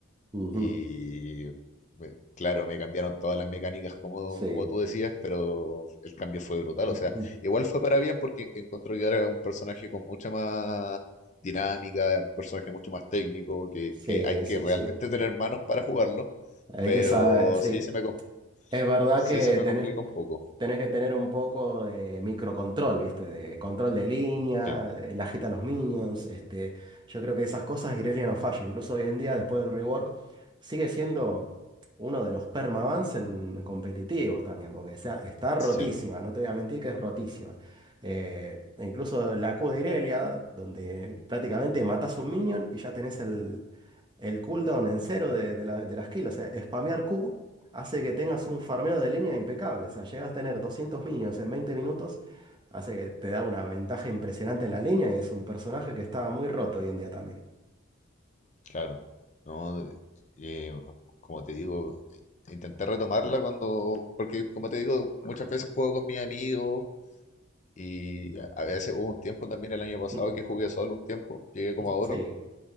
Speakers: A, on the right; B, on the left.
A: ujú,
B: Y me- claro, me cambiaron todas las mecánicas como,
A: Sí.
B: como tú decías, pero el cambio fue brutal.
A: <clears throat>
B: O sea, igual fue para bien porque encuentro que ahora es un personaje con mucha más dinámica, un personaje mucho más técnico, que,
A: Sí,
B: que hay que
A: sí,
B: realmente
A: sí.
B: <laughs> tener manos para jugarlo,
A: Hay
B: pero
A: que saber, sí.
B: sí se me, com-
A: Es verdad
B: sí
A: que
B: se me
A: tenés
B: complica un poco.
A: tenés que tener un poco de microcontrol, ¿viste? De control de línea,
B: Sí,
A: de la jeta a los minions, este, yo creo que esas cosas Irelia no falla, incluso hoy en día después del rework sigue siendo uno de los permabans en competitivos también, porque o sea, está rotísima,
B: sí,
A: no te voy a mentir que es rotísima. Eh, e incluso la Q de Irelia, donde prácticamente matás un minion y ya tenés el, el cooldown en cero de, de la, de la skill, o sea, spamear Q hace que tengas un farmeo de línea impecable. O sea, llegas a tener 200 minions en 20 minutos, hace que te da una ventaja impresionante en la línea y es un personaje que está muy roto hoy en día también.
B: claro. No, eh, como te digo, intenté retomarla cuando, porque como te digo, muchas veces juego con mis amigos Y a a veces hubo un tiempo también el año pasado
A: <laughs>
B: que jugué solo un tiempo, llegué como a oro
A: Sí.